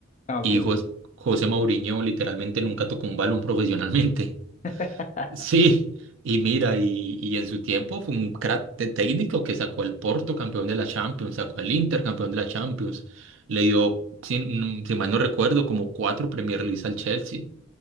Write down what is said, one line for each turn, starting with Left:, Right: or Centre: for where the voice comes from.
Left: Ah,
Right: Y
Left: ok.
Right: Jos- José Mourinho literalmente nunca tocó un balón profesionalmente.
Left: <laughs>
Right: Sí, y mira, y, y en su tiempo fue un crack de técnico que sacó al Porto campeón de la Champions, sacó al Inter campeón de la Champions, le dio, si, mm, si mal no recuerdo, como cuatro Premier League al Chelsea.